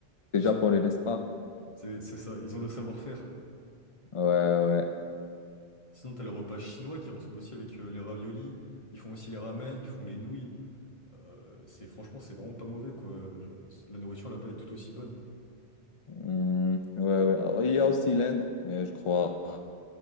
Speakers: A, on the left; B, on the left.
A: C'est
B: Ils
A: japonais,
B: ont le,
A: n'est-ce pas?
B: c'est c'est ça, ils ont le savoir-faire.
A: Ouais, ouais.
B: Sinon, t'as les repas chinois qui ressemblent aussi avec euh, les raviolis. Ils font aussi les ramen, ils font les nouilles. Euh, c'est franchement, c'est vraiment pas mauvais quoi. Je- La nourriture là-bas est tout aussi bonne.
A: Hmm, ouais, ouais. Alors, il y a aussi l'Inde, mais je crois.